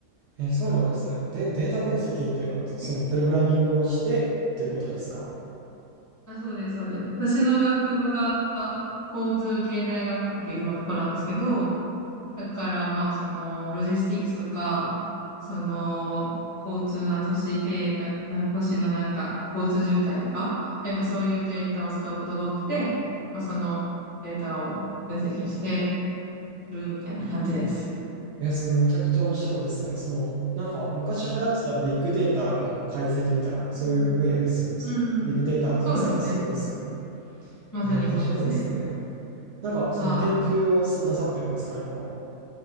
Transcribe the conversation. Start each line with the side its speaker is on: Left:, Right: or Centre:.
Right: え、そうなんですね。で、データ分析っていうのは、そのプログラミングをしてっていうことですか
Left: あ、そうです、そうです。私の学部が交通経済学科っていうまあとこなんですけど、だからまあ、その、ロジスティックスとか、その、交通な都市経営が、な、都市のなんか、交通渋滞とか、なんかそういうデータを使うことが多くて、まあ、そのデータを分析してるみたいな感じです。
Right: え、それめちゃくちゃ面白いですね。その、なんか昔流行ってたビッグデータの解析みたいな、そういう分野ですよね。
Left: うんうん。
Right: その、
Left: うんうん。
Right: ビッグデータ、
Left: そうですね。
Right: まさにそれですよね。
Left: まさにそうですね。
Right: えー、面白いですね。なんか、
Left: はい。
Right: その研究をさなさってるんですか、今は。